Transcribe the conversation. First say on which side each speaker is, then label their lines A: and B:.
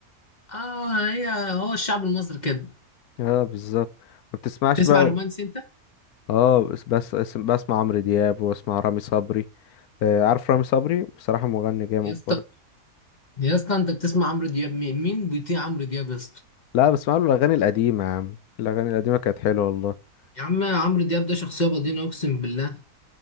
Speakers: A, on the left (about 30°); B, on the left (about 80°).
A: اه هي هو الشعب المصري كده
B: اه بالظبط ما بتسمعش
A: تسمع
B: بقى
A: رومانسي انت
B: اه بس بس بس- بسمع عمرو دياب واسمع رامي صبري آه عارف رامي صبري بصراحة مغني جامد
A: يا اسطى
B: برضه
A: يا اسطى انت بتسمع عمرو دياب مين مين بيطيع عمرو دياب يا اسطى
B: لا بسمع له الأغاني القديمة يا عم الأغاني القديمة كانت حلوة والله
A: يا عم عمرو دياب ده شخصية بدينة أقسم بالله